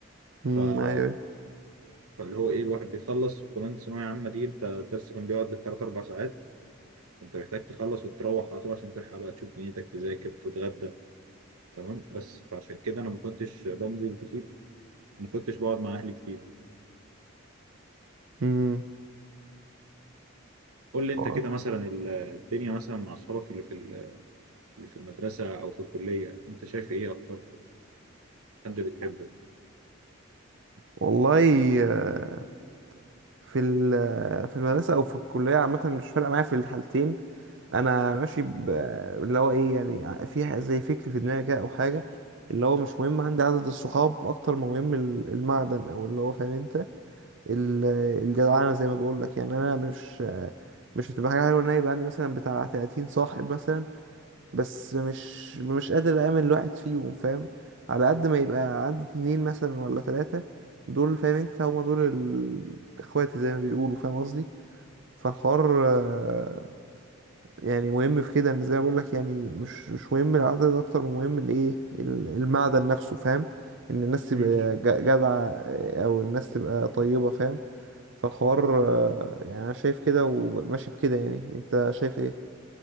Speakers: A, on the right (about 55°); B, on the right (about 90°).
A: امم
B: ف...
A: ايوه
B: فاللي هو ايه الواحد بيخلص وكمان ثانويه عامه دي انت الدرس كان بيقعد بالثلاث اربع ساعات انت محتاج تخلص وتروح على طول عشان تلحق بقى تشوف دنيتك تذاكر تتغدى تمام بس فعشان كده انا ما كنتش بنزل كتير ما كنتش بقعد مع اهلي كتير
A: ايوه
B: قول لي انت
A: آه،
B: كده مثلا ال- الدنيا مثلا مع اصحابك اللي في ال- اللي في المدرسه او في الكليه انت شايف ايه اكتر حد بتحبه
A: والله آه، في ال- آه، في المدرسة أو في الكلية عامة مش فارقة معايا في الحالتين أنا ماشي ب- اللي هو إيه يعني في ح- زي فكر في دماغي كده أو حاجة اللي هو مش مهم عندي عدد الصحاب أكتر ما مهم ال- المعدن أو اللي هو فاهم أنت ال- آه، الجدعنة زي ما بقول لك يعني أنا مش آه، مش هتبقى حاجة حلوة إن أنا يبقى عندي مثلا بتاع 30 صاحب مثلا بس مش مش قادر اعمل الواحد فيهم فاهم على قد ما يبقى عندي اتنين مثلا ولا تلاتة دول فاهم انت هما دول ال- اخواتي زي ما بيقولوا فاهم قصدي فالحوار آه، يعني مهم في كده ان زي ما بقول لك يعني مش مش مهم العدد اكتر من مهم الايه ال- المعدن نفسه فاهم ان الناس تبقى
B: امم
A: ج- جدعة آه، او الناس تبقى طيبة فاهم فالحوار آه، يعني انا شايف كده وماشي بكده يعني انت شايف ايه